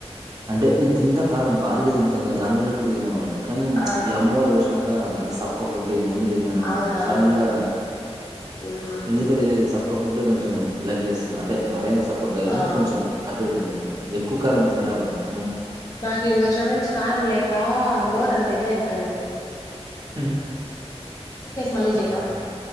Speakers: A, on the right (about 35°); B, on the left (about 35°).
A: అంటే నేను తింతా కారం భారీగా తింతాగా దానికంటే ఎక్కువ తినేవాన్ని కానీ
B: ఆ
A: ఈ అమ్మవారు పోస్ చనాక అంత సప్ప ఫుడ్ ఇది అన్ని తిన్నాన
B: అవునవునులే
A: సడన్ గా
B: మ్మ్
A: ఎందుకో తెలియదు సప్ప ఫుడ్ కొంచెం లైక్ చేస్తున్న అంటే మరి అంత సప్పగ్గదు
B: ఆ
A: కొంచెం అటు టుండేది ఎక్కువ కారం తినలేకుండామ్
B: నాకు ఇడికి వచ్చినప్పటి నుంచీ కారం లేక నోరు అంత ఇదైపోయింది
A: హు హు అబ్బా
B: మళ్ళీ చేయనా